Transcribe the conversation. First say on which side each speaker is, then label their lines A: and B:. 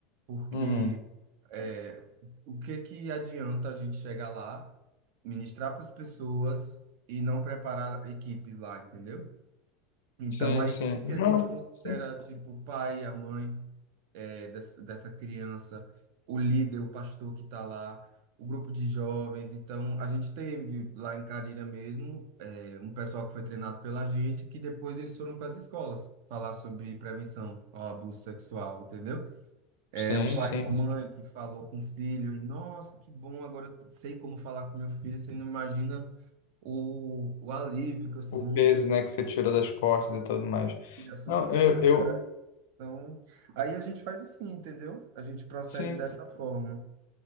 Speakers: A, on the right; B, on the left.
A: porque
B: Uhum.
A: é, o que que adianta a gente chegar lá, ministrar para as pessoas e não preparar equipes lá, entendeu? Então,
B: Sim,
A: a
B: sim.
A: equipe
B: Não,
A: a gente considera,
B: sim,
A: tipo, o pai, a mãe eh, dessa, dessa criança, o líder, o pastor que está lá, o grupo de jovens. Então, a gente teve lá em Carilha mesmo eh, um pessoal que foi treinado pela gente, que depois eles foram para as escolas falar sobre prevenção ao abuso sexual, entendeu? É
B: sim,
A: um pai
B: sim.
A: e uma mãe que falou com o filho, e nossa, que bom, agora eu sei como falar com meu filho, você não imagina o, o alívio que eu sinto.
B: O peso, né, que você tira das costas e tudo mais.
A: E assunto
B: Não,
A: sexual.
B: eu, eu
A: Então, aí a gente faz assim, entendeu? A gente procede
B: sim,
A: dessa forma.